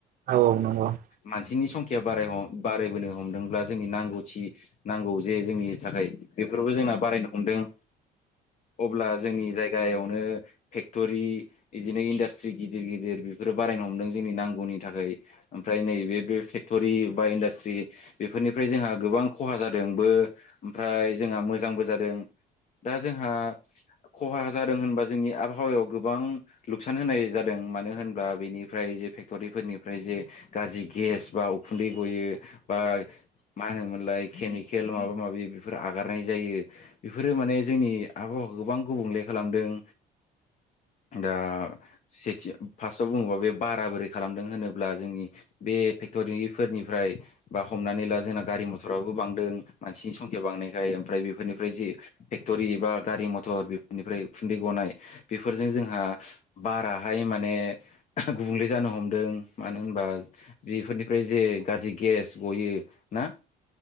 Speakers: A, on the right; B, on the left.
A: औ नंगौ औ
B: मानसिनि बारायबोनो हमदोंब्ला जोंनि नांगौथि नांगौ जे जोंनि थाखाय बेफोरबो जों बारायनो हमदों
A: <inaudible>
B: अब्ला जोंनि जायगायावनो फेक्टरि बिदिनो इन्डास्ट्रि गिदिर गिदिर बेफोरो बारायनो हमदों जोंनि नांगौनि थाखाय ओमफ्राय पेक्ट'रि बा इन्दाष्ट्रि बेफोरनिफ्राय जोंहा गोबां खहा जादोंबो ओम फ्राय जोंहा मोजांबो जादों दा जोंहा खहा जादों होनबी जोंनि आब आबहावायाव गोबां लुकसान होनाय जादों मानो होनब्ला बेनिफ्राय जे फेक्ट'रिफोरनिफ्राय जे गाज्रि गेस बा उखुन्दै गयो बा मा होनोमोनलाय केमिकेल माबा माबि बेफोर आगारनाय जायो बेफोरो माने जोंनि आबहावाखौ गोबां गुबुंले खालामदों दा सेथि फार्स्टआव बुङोबा बे बारा बोरै खालामदों होनोब्ला जोंनि बे फेक्टरिफोरनिफ्राय बा हमनानै ला जोना गारि मथराबो बांदों मानसिनि संखया बांनायखाय ओमफ्राय बेफोरनिफ्राय जि फेक्ट'रि बा गारि मथर थर बेनिफ्राय उखुन्दै गनाय बेफोरजों जोंहा बाराहाय माने गुबुंले जानो हमदों मानो होनबा बेफोरनिफ्राय जे गाज्रि गेस गयो ना